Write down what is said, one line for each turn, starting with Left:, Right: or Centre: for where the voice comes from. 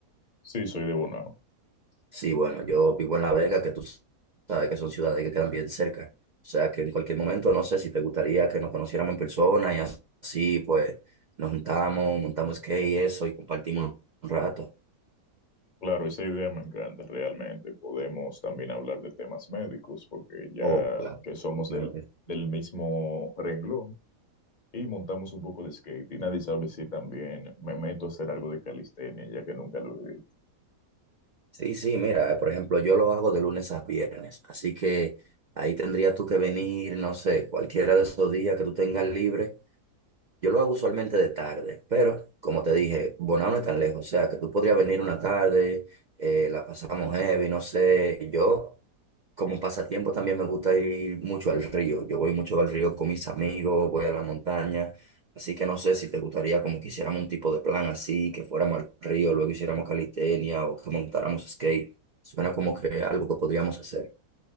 Left: Sí, soy de Bonao.
Right: Sí, bueno, yo vivo en La Vega, que tú sabes que son ciudades que quedan bien cerca. O sea que en cualquier momento, no sé si te gustaría que nos conociéramos en persona y así, pues nos juntamos, montamos skate y eso y compartimos un rato.
Left: Claro, esa idea me encanta realmente. Podemos también hablar de temas médicos porque ya
Right: Oh, claro,
Left: que somos
Right: sí, claro
Left: del,
Right: que
Left: del mismo renglón y montamos un poco de skate y nadie sabe si también me meto a hacer algo de calistenia ya que nunca lo he hecho.
Right: Sí, sí, sí, mira, por ejemplo, yo lo hago de lunes a viernes, así que ahí tendrías tú que venir, no sé, cualquiera de esos días que tú tengas libre Yo lo hago usualmente de tarde, pero como te dije, Bonao no es tan lejos, o sea, que tú podrías venir una tarde, eh, la pasamos heavy, no sé, yo como pasatiempo también me gusta ir mucho al río, yo voy mucho al río con mis amigos, voy a la montaña, así que no sé si te gustaría como que hiciéramos un tipo de plan así, que fuéramos al río, luego hiciéramos calistenia o que montáramos skate, suena como que algo que podríamos hacer.